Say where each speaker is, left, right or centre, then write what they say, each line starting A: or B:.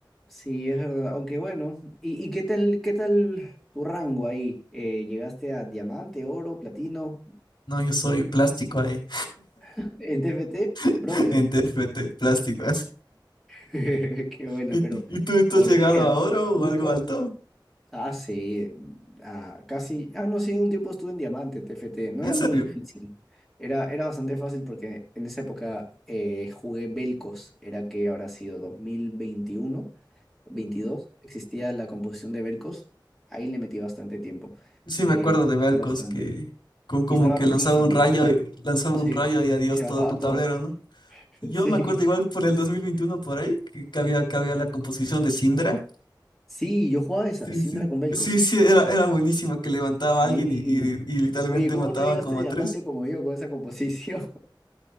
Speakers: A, in the centre; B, on the left.
A: sí, es verdad. Aunque bueno, ¿y, y qué tal, qué tal tu rango ahí? Eh, ¿llegaste a diamante, oro, platino,
B: No, yo soy plástico ahí,
A: <laughs> en T F T bronce?
B: <laughs> en TFT, plástico.
A: <laughs> Qué
B: <laughs>
A: buena,
B: ¿Y,
A: pero
B: y tú, y tú
A: ¿por
B: has llegado
A: qué,
B: a
A: ah?
B: oro
A: Nunca,
B: o algo alto?
A: Ah, sí, ah, casi, ah, no, sí, un tiempo estuve en Diamante, en T F T no
B: ¿En
A: era
B: serio?
A: muy difícil, era, era bastante fácil porque en esa época eh, jugué Belcos, era que habrá sido 2021 22 existía la composición de Belcos, ahí le metí bastante tiempo,
B: Sí,
A: eh,
B: me acuerdo
A: me
B: de
A: gustó
B: Velcos
A: bastante,
B: que con como
A: y estaba
B: que
A: rotísimo,
B: lanzaba un rayo, y- lanzaba
A: sí,
B: un rayo y adiós
A: y se bajaba
B: todo tu
A: a
B: tablero,
A: todos,
B: ¿no? Yo
A: <laughs> sí,
B: me acuerdo igual por el 2021 por ahí, que, que había, que había la composición de Syndra.
A: sí, yo jugaba esa,
B: Sí,
A: Syndra
B: sí.
A: con Belcos,
B: Sí, sí, era, era buenísima que levantaba
A: sí,
B: a alguien y, y- y literalmente
A: oye, ¿cómo
B: mataba
A: no llegaste
B: como
A: a Diamante
B: a tres.
A: como yo con esa composición?